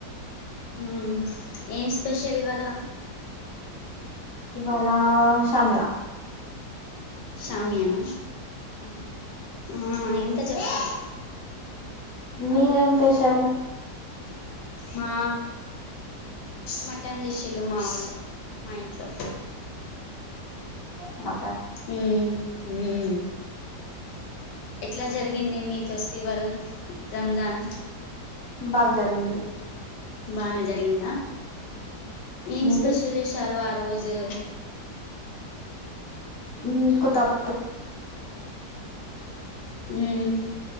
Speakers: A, on the left; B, on the left.
A: హు ఏం స్పెషల్ ఇవాళ
B: ఇవాళ షామియా
A: షామియానా
B: ఆ
A: ఆ ఇంకా చెప్పాలి
B: మీరేం పేషల్
A: మా మటన్ చేసిళ్ళు మా వాళ్ళు మా ఇంట్లో
B: మ
A: హ హ ఎట్లా జరిగింది మీ ఫెస్టివల్ రంజాన్
B: బాగ్ జరిగింది
A: బానే జరిగిందా ఏం
B: మీది
A: స్పెషల్ చేశారు రోజు
B: <unintelligible>
A: ఉమ్